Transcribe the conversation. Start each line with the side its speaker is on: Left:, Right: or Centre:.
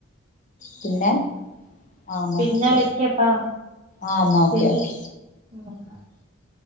Left: പിന്നെ ആ നോക്ക
Right: പിന്നെ
Left: ശരി
Right: വെക്കട്ടാ
Left: ആ നോക്കെ
Right: ശരി
Left: ഓക്കെ
Right: <inaudible>